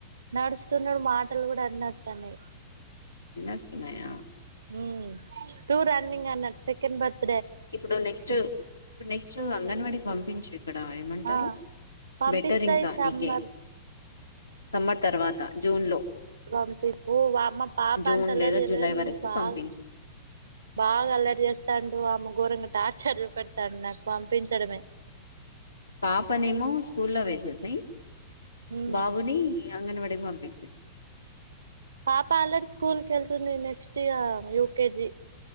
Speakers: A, on the right (about 75°); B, on the left (about 90°).
A: నడుస్తున్నాడు మాటలు కూడా అన్నిస్తన్నాయి
B: అన్ని ఆస్తున్నాయా
A: ఉ టూ రన్నింగ్ అన్నట్ సెకెండ్ బత్
B: ఇప్పుడు నెక్స్ట్ ఇప్పుడు నెక్స్ట్ అంగన్వాడీకి పంపించు ఇక్కడ ఏమంటారు
A: ఆ పంపిస్తా
B: బెటర్ ఇంకా
A: ఈ సమ్మర్
B: నీకే సమ్మర్ తర్వాత జూన్ లో
A: వామ్మో మా పాప
B: జూన్
A: అంత అల్లరి
B: లేదా
A: చేయలే
B: జూలై
A: కానీ
B: వరకు
A: ఈయన బాగా
B: పంపించు
A: బాగా అలరి చేస్తాడు ఆమె గోరంగ టార్చర్ చుపెడతాండు నాకు పంపించడమే
B: పాపనేమో స్కూల్ వేసేసాయి
A: ఉమ్
B: బాబుని అంగన్వాడికి పంపి
A: పాప ఆల్రెడీ స్కూల్ కి వెళ్తుంది నెక్స్ట్ ఇగ యూకేజి